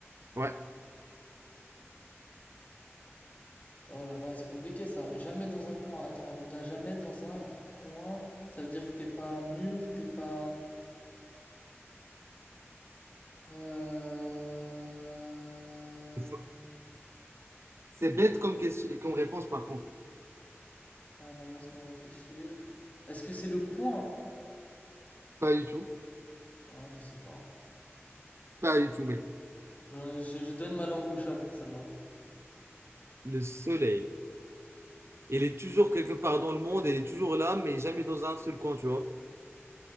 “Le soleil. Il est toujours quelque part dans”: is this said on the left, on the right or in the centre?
Right